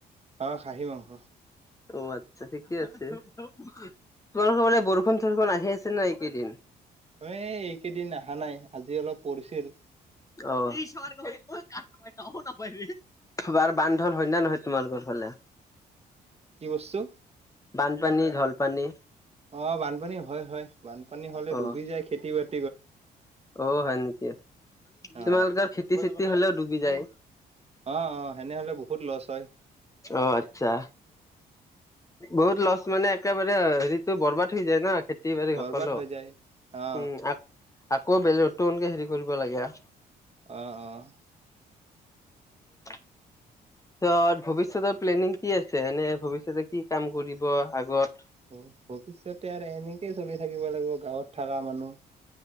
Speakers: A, on the right; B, on the left.
A: অ' খাহী মাংস
B: অ' আচ্ছা ঠিকেই আছে, তোমালোকে ফালে বৰষুণ সৰষুণ আহি আছে ন, এইদিন
A: এ এইকেইদিন অহা নাই, আজি অলপ পৰিছিল।
B: অহ'। বাৰ বান্ধল হয় নে নহয়, তোমাৰোকৰ ফালে
A: কি বস্তু
B: বানপানী, ঢলপানী
A: অ' বানপানী হয়, হয়। বানপানী হ'লে
B: অ',
A: ডুবি যায়, খেতি-বাতি।
B: অ' হয় নেকি,
A: অ
B: তোমালোকৰ খেতি-চেতি হ'লেও ডুবি যায়
A: অ', অ' সেনেহ'লে বহুত লছ হয়
B: অ' আচ্ছা। বহুত লছ মানে একেবাৰে হেৰিটো বৰবাদ হৈ যায় ন, খেতি খেতি-বাতি
A: বৰবাদ
B: সকলো,
A: হৈ যায় অ
B: উম আ-আকৌ নতুনকে হেৰি কৰিব লাগে আ।
A: অ', অ'।
B: <unintelligible> পিছত ভৱিষ্যতৰ প্লেনিং কি আছে, এনে ভৱিষ্যতে কি কাম কৰিব আগত
A: অ' ভৱিষ্যতে আৰু এনেকেই চলি থাকিব লাগিব গাঁৱত থকা মানুহ,